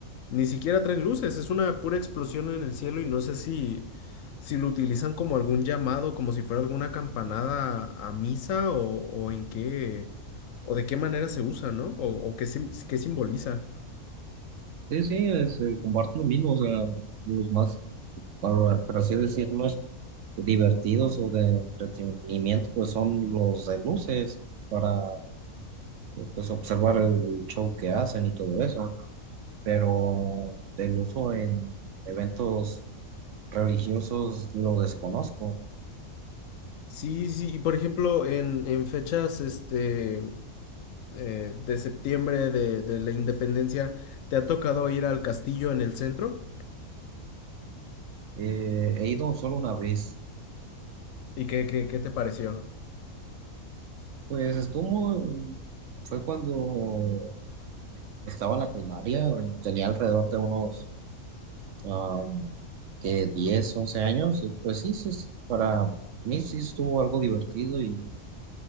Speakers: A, on the left (about 70°); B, on the right (about 65°).
A: Ni siquiera traen luces, es una pura explosión en el cielo y no sé si, si lo utilizan como algún llamado, como si fuera alguna campanada a misa o, o en qué, o de qué manera se usa, ¿no? O, o qué, sim- qué simboliza.
B: Sí, sí, es, eh, comparto lo mismo, o sea, los más, para- por así decirlo, divertidos o de entretenimiento, pues son los de luces para pues observar el show que hacen y todo eso, pero el uso en eventos religiosos lo desconozco.
A: Sí, sí, y por ejemplo, en, en fechas este, eh, de septiembre de, de la independencia, ¿te ha tocado ir al castillo en el centro?
B: Eh, he ido solo una vez,
A: ¿Y qué, qué, qué te pareció?
B: pues estuvo, muy- fue cuando estaba en la primaria, tenía alrededor de unos am, que 10, 11 años, y pues sí, sí, sí, para mí sí estuvo algo divertido y